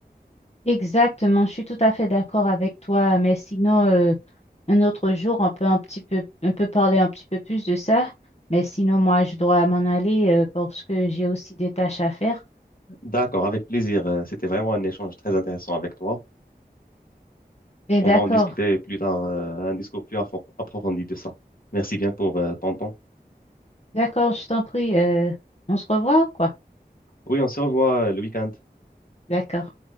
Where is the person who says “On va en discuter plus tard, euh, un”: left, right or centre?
Left